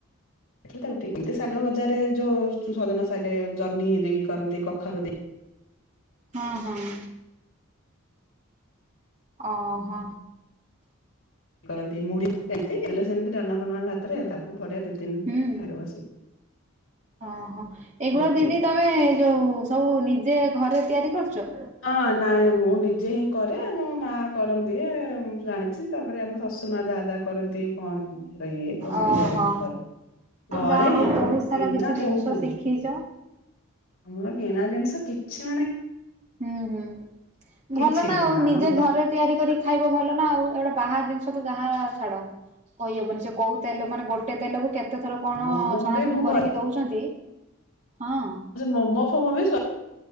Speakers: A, on the left; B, on the right.
A: ସେ ତାକୁଟେ ଏମିତି ଶାଗ ଭଜାରେ ଯୋଉ ସଜନା ଶାଗ ଜହିଁ ଦେଇକି କରନ୍ତି କଖାରୁ ଦେ
B: ହଁ ହଁ। ଅହ।
A: କରନ୍ତି ମୁଢ଼ି <unintelligible> ଦେଲେ ସେମିତି ଡାଲମା ଫାଲମା ଭାତରେ ତାକୁ ବଢିଆ ଦି ତିନିଦିନ
B: ହୁଁ।
A: ଖାଇଦବ ସେ।
B: ଓହୋ ଏଇଗୁଡା
A: ପ୍ରିୟ।
B: ଦିଦି ତମେ ଯୋଉ ସବୁ ନିଜେ ଘରେ ତିଆରି କରୁଚ?
A: ହଁ ନାଇଁ ମୁଁ ନିଜେ ହିଁ କରେ ଆମ ମା କରନ୍ତି ଜାଣିଚି ତାପରେ ଆମ ଶଶୁ ମା ଯାହା ଯାହା କରନ୍ତି କହନ୍ତି ଇଏ କହନ୍ତି
B: ଓହୋ
A: ଯାଏ ଏମିତି କର। ଘରେ
B: ଯାହା ହଉ
A: ହିଁ ଆମର
B: ବହୁତ ସାରା
A: କିଣା
B: କିଛି ଜିନିଷ
A: ବହୁତ
B: ଶିଖିଛ।
A: ନାହିଁ। ଆମର କିଣା ଜିନିଷ କିଛି ମାନେ
B: ହୁଁ ହୁଁ
A: କିଛି
B: ଭଲ ନା ଆଉ
A: ନାହିଁ
B: ନିଜେ
A: ଆମ
B: ଘରେ ତିଆରି କରିକି ଖାଇବ ଭଲ ନା ଆଉ ଏଇଗୁଡା ବାହାର ଜିନିଷ ତ ଯାହା ଛାଡ। କହିହବନି ସେ କୋଉ ତେଲ ମାନେ ଗୋଟେ ତେଲକୁ କେତେଥର କଣ
A: ମୋମୋ
B: ଛଣାଛୁଣି
A: ବି ମୁଁ
B: କରିକି
A: ଘରେ
B: ଦଉଛନ୍ତି ହଁ
A: ମୋମ ଫୋମ ବି ସ